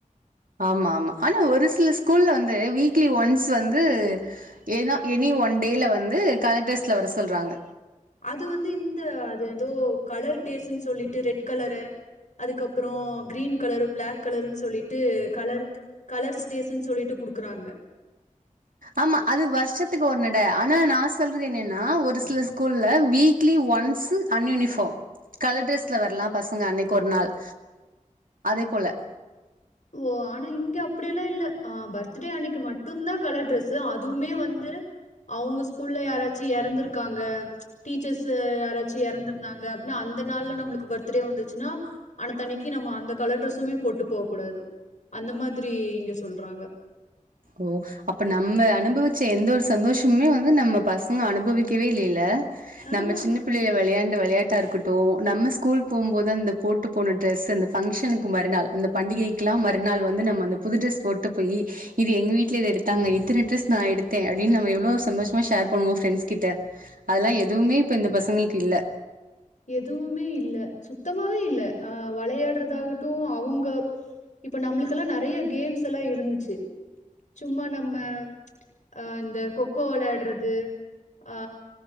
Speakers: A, on the right; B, on the left.
A: ஆமா ஆமா ஆனா ஒரு சில ஸ்கூல்ல வந்து வீக்லி ஒன்ஸ் வந்து என எனி ஒன் டேல வந்து கலர்டர்ஸ்ல வர சொல்றாங்க
B: அது வந்து இந்த அது ஏதோ கலர் டேஸ்ட்னு சொல்லிட்டு ரெட் கலரு அதுக்கப்புறோ கிரீன் கலரு பிளாக் கலருனு சொல்லிட்டு கலர் கலர்ஸ் ஸ்டேஸ்னு சொல்லிட்டு குடுக்குறாங்க
A: ஆமா அது வருஷத்துக்கு ஒரு தடவ ஆனா நா சொல்றது என்னனா ஒரு சில ஸ்கூல்ல வீக்லி ஒன்ஸ் அன்யூனிஃபார்ம் கலர் டிரெஸ்ல வரலாம் பஸ் அன்னைக்கு ஒரு நாள் அதே போல
B: ஓ ஆனா இங்க அப்டியெல்லா இல்ல ஆ துடே அன்னைக்கு மட்டு தா கலர் டிரெஸ் ச்சு அதுவுமே வந்து அவுங்க ஸ்கூல்ல யாராச்சு எறந்திருக்காங்க டீச்சர்ஸ்ஸு யாராச்சு எறந்துருந்தாங்க அப்டின்னா அந்த நாள்ல நம்முளுக்கு பர்த்டே வந்துச்சுன்னா அனத்தனிக்கு நம்ம அந்தக் கலர் ட்ரெஸுமே போட்டு போ கூடாது அந்த மாதிரி இங்க சொல்றாங்க
A: ஓ அப்ப நம்ம அனுபவிச்ச எந்த ஒரு சந்தோஷமுமே வந்து நம்ம பசங்க அனுபவிக்கவே இல்லல நம்ம
B: ஆஹ
A: சின்ன பிள்ளைய வெளையாண்ட வெளையாட் டா இருக்கட்டு நம்ம ஸ்கூல் போம் போது அந்த போட்டு போன டிரெஸ் அந்த ஃபங்ஷனுக்கு மறுநாள் அந்த பண்டிகைக்கு எல்லா மறுநாள் வந்து நம்ம அந்த புது டிரஸ் போட்டு போய் இது எங்க வீட்ல இத எடுத்தாங்க இத்தன ட்ரெஸ் நா எடுத்தே அப்டின்னு நம்ம எவ்ளோ சந்தோஷமா ஷேர் பண்ணுவோ ஃப்ரெண்ட்ஸ் கிட்ட அதெல்லா எதுவுமே இப்போ இந்த பசங்களுக்கு இல்ல
B: எதுவுமே இல்ல சுத்தமாவே இல்ல அ வளையாடுறதாகட்டுமக்ஷ அவுங்க இப்ப நம்ளுக்கெல்லா நறைய கேம்ஸ் எல்லா இருந்துச்சு சும்மா நம்ம அ இந்த கொக்கோ வெளையாடுறது அ